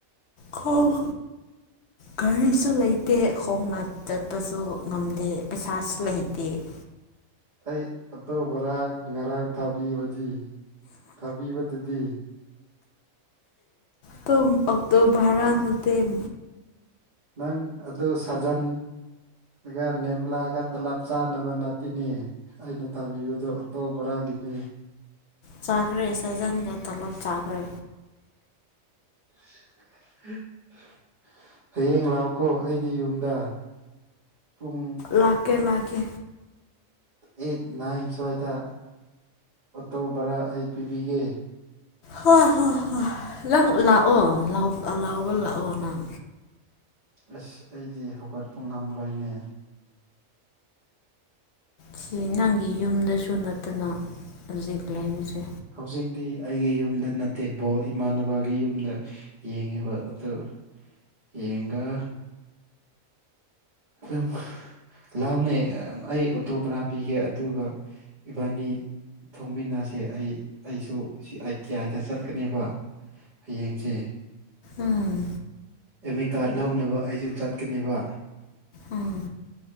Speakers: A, on the left; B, on the right.
A: ꯈꯣꯡ ꯒꯔꯤꯁꯨ ꯂꯩꯇꯦ ꯈꯣꯡꯅ ꯆꯠꯄꯁꯨ ꯉꯝꯗꯦ ꯄꯩꯁꯥꯁꯨ ꯂꯩꯇꯦ <inaudible>
B: ꯑꯩ ꯑꯣꯠꯇꯣ ꯕꯔꯥ ꯉꯔꯥꯡ ꯊꯥꯕꯤꯕꯗꯤ ꯊꯥꯕꯤꯕꯗꯨꯗꯤ
A: ꯇꯨꯝ ꯑꯣꯛꯇꯣ ꯚꯔꯥ ꯅꯠꯇꯦꯝ
B: ꯅꯪ ꯑꯗꯨ ꯁꯥꯖꯟ ꯒ ꯅꯦꯕ꯭ꯂꯥꯒ ꯇꯂꯞ ꯆꯥꯅꯕ ꯅꯠꯇꯦꯅꯦ ꯑꯩꯅ ꯇꯥꯕꯤꯕꯗꯣ ꯑꯣꯇꯣ ꯕꯔꯥꯒꯤꯅꯦ
A: ꯆꯈ꯭ꯔꯦ ꯁꯖꯟꯒ ꯇꯂꯞ ꯆꯈ꯭ꯔꯦ
B: <unintelligible> ꯍꯌꯦꯡ ꯂꯥꯛꯑꯣꯀꯣ ꯑꯩꯒꯤ ꯌꯨꯝꯗ ꯄꯨꯡ
A: ꯂꯥꯛꯀꯦ ꯂꯥꯛꯀꯦ
B: ꯑꯩꯠ ꯅꯥꯏꯟ ꯁ꯭ꯋꯥꯏꯗ ꯑꯣꯇꯣ ꯚꯔꯥ ꯑꯩ ꯄꯤꯕꯤꯒꯦ
A: ꯍꯣꯏ ꯍꯣꯏ ꯍꯣꯏ ꯅꯪ ꯂꯥꯛꯑꯣ ꯂ ꯂꯥꯎꯕ ꯂꯥꯛꯑꯣ ꯅꯪ
B: ꯑꯁ ꯑꯩꯗꯤ ꯍꯧꯒꯠꯄ ꯉꯝꯂꯣꯏꯅꯦ
A: ꯁꯤ ꯅꯪꯒꯤ ꯌꯨꯝꯗꯁꯨ ꯅꯠꯇꯅ ꯍꯧꯖꯤꯛ ꯂꯩꯔꯤꯁꯦ
B: ꯍꯧꯖꯤꯛꯇꯤ ꯑꯩꯒꯤ ꯌꯨꯝꯗ ꯅꯠꯇꯦ ꯕꯣꯜ ꯏꯃꯥꯟꯅꯕꯒꯤ ꯌꯨꯝꯗ ꯌꯦꯡꯉꯤꯕ ꯑꯗꯨ ꯌꯦꯡꯒ ꯑꯗꯨꯝ ꯂꯥꯎꯅꯦ ꯑꯩ ꯑꯣꯇꯣ ꯕꯥꯔꯥ ꯄꯤꯒꯦ ꯑꯗꯨꯒ ꯏꯕꯥꯅꯤ ꯊꯧꯃꯤꯅꯥꯁꯦ ꯑꯩ ꯑꯩꯁꯨ ꯁꯤ ꯑꯥꯏ ꯇꯤ ꯑꯥꯏꯗ ꯆꯠꯀꯅꯦꯕ ꯍꯌꯦꯡꯁꯦ
A: ꯎꯝ
B: ꯑꯦꯃꯤꯀꯥꯔꯠ ꯂꯧꯅꯕ ꯑꯩꯁꯨ ꯆꯠꯀꯅꯦꯕ
A: ꯎꯝ